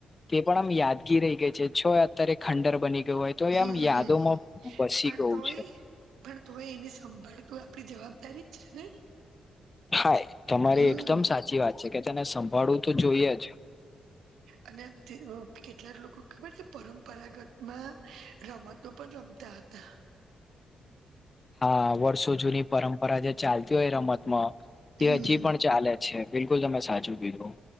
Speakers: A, on the left; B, on the right.
A: તે પણ આમ યાદ કી રહી ગઈ છે છ અત્યારે ખંડર બની ગયું હોય તો
B: હમ
A: એ આમ યાદોમાં
B: હમ
A: વસી
B: પણ
A: ગયું
B: તોય
A: છે
B: પણ તોય એની સંભાળતું આપડી જવાબદારી જ છે ને
A: હા તમારી
B: હમ
A: એકદમ સાચી વાત છે કે તેને સંભાળવું તો જોઈએ જ
B: અને કેટલાક લોકો ખબર છે પરંપરાગત માં રમતો પણ રમતા હતા
A: હા વર્ષો જૂની પરંપરા જે ચાલતી હોય રમતમાં તે
B: હમ
A: હજી પણ ચાલે. છે બિલકુલ તમે સાચું કીધું.